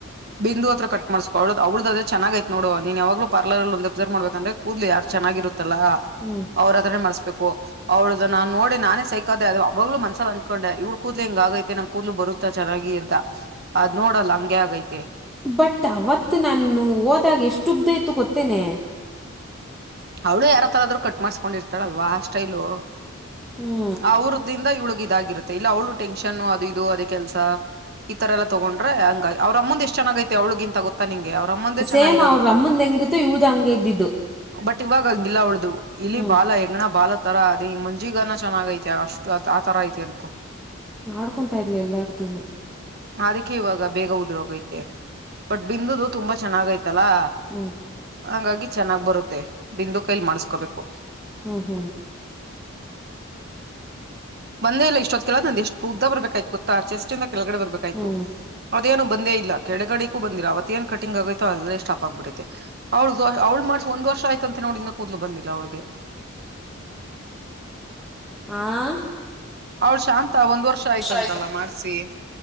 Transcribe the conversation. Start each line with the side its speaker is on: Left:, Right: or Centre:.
Right: ಬಿಂದು ಹತ್ರ ಕಟ್ ಮಾಡಸ್ಕೊಳ ಅವಳ ಅವ್ಳ್ದ ಆದ್ರೆ ಚನ್ನಾಗೈತ್ನೋಡು ನೀನ್ ಯಾವಾಗಲೂ ಪಾರ್ಲರ್ ಅಲ್ಲಿ ಒಂದು ಅಬ್ಸರ್ವ್ ಮಾಡ್ಬೇಕಂದ್ರೆ ಕೂದಲು ಯಾರದ್ ಚನ್ನಾಗಿರುತ್ತಲ್ಲ
Centre: ಹ್ಮ್
Right: ಅವ್ರತ್ರನೆ ಮಾಡಸ್ಬೇಕು ಅವಳ್ದ ನಾನ್ ನೋಡಿ ನಾನೇ ಸೈಕ ಅದೆ ಅವಾಗಲು ಮನ್ಸಲ್ ಅಂದಕೊಂಡೆ ಇವ್ಳ್ ಕೂದ್ಲೆ ಹಿಂಗ ಆಗೈತೆ ನಂಗ್ ಕೂದಲು ಬರುತ್ತ ಚೆನಾಗಿ ಅಂತ. ಅದ್ ನೋಡಲ್ಲ ಹಂಗೆ ಆಗೈತೆ.
Centre: ಬಟ್ ಅವತ್ತು ನಾನು ಹೋದಾಗ ಎಷ್ಟು ಉದ್ದ ಇತ್ತು ಗೊತ್ತೇನೆ.
Right: ಅವಳು ಯಾರತ್ರ ಆದ್ರು ಕಟ್ ಮಾಡಸ್ಕೊಂಡಿರ್ತಾಳಲ್ವಾ ಸ್ಟೈಲು.
Centre: ಹ್ಞೂ
Right: ಅವ್ರ್ದಿಂದ ಇವಳಗ್ ಇದಾಗಿರುತ್ತೆ ಇಲ್ಲ ಅವಳು ಟೆನ್ಷನ್ ಅದು ಇದು ಅದೇ ಕೆಲ್ಸ. ಈತರ ಎಲ್ಲ ತಗೊಂಡ್ರೆ ಹಂಗ ಅವ್ರ ಅಮ್ಮಂದ ಎಷ್ಟು ಚೆನ್ನಾಗೈತೆ ಅವ್ಳಿಗಂತ ಗೊತ್ತ ನಿಂಗೆ ಅವ್ರಮ್ಮಂದೆ ಚೆನ್ನಾಗಿರೋದು.
Centre: ಸೇಮ್ ಅವ್ರ ಅಮ್ಮಂದು ಹೆಂಗ ತ್ತು ಇವ್ಳದು ಹಂಗೆ ಇದ್ದಿದ್ದು.
Right: ಬಟ್ ಇವಾಗ ಹಂಗಿಲ್ಲ ಅವಳ್ದು ಇಲಿ
Centre: ಹ್ಞೂ
Right: ಬಾಲ ಹೆಗ್ಗಣ ಬಾಲ ಆ ತರ ಅದ ಈ ಮಂಜಿಗನ ಚೆನ್ನಾಗ ಐತಿ ಅಷ್ಟು ಆ ತರ ಐತಿ ಅನ್ಕೋ.
Centre: ಆಡ್ಕೊಂತಾ ಇದ್ಲು ಎಲ್ಲಾರ್ದುನು.
Right: ಅದಕ್ಕೆ ಇವಾಗ ಬೇಗ ಉದ್ರೋಗೈತೆ ಬಟ್ ಬಿಂದೂದು ತುಂಬಾ ಚೆನ್ನಾಗೈತಲ್ಲಾ.
Centre: ಹ್ಞ
Right: ಹಂಗಾಗಿ ಚೆನ್ನಾಗ್ ಬರುತ್ತೆ ಬಿಂದು ಕೈಲ್ ಮಾಡಸ್ಕೋಬೇಕು.
Centre: ಹ್ಮ್ ಹ್ಮ್
Right: ಬಂದೇ ಇಲ್ಲ ಇಷ್ಟೊತ್ ಗೆಲ್ಲ ನಂದ್ ಎಷ್ಟು ಉದ್ದ ಬರ್ಬೇಕಾಯ್ತು ಗೊತ್ತಾ ಚೆಸ್ಟ್ ಇಂದ ಕೆಳಗಡೆ ಬರ್ಬೇಕಾಯ್ತು.
Centre: ಹ್ಞೂ
Right: ಅದೇನು ಬಂದೇ ಇಲ್ಲ ಕೆಡೆಗಡಿಕೂ ಬಂದಿಲ್ಲ ಅವತ್ತ್ತೇನ್ ಕಟಿಂಗ್ ಆಗೈತೋ ಅಲ್ಲೇ ಸ್ಟಾಪ್ ಆಗ್ಬಿಡೈತೆ. ಅವಳ್ದು ಅವಳ್ ಮಾಡ್ಸಿ ಒಂದ ವರ್ಷ ಆಯ್ತಂತೆ ನೋಡ್ ಇನ್ನ ಕೂದ್ಲು ಬಂದಿಲ್ಲ ಅವ್ಳಿಗೆ.
Centre: ಆ
Right: ಅವ್ಳ ಶಾಂತ ಒಂದ್ ವರ್ಷ ಷ ಆಯ್ತಂತಲ್ಲ
Centre: ಆಯ್ತು
Right: ಮಾಡ್ಸಿ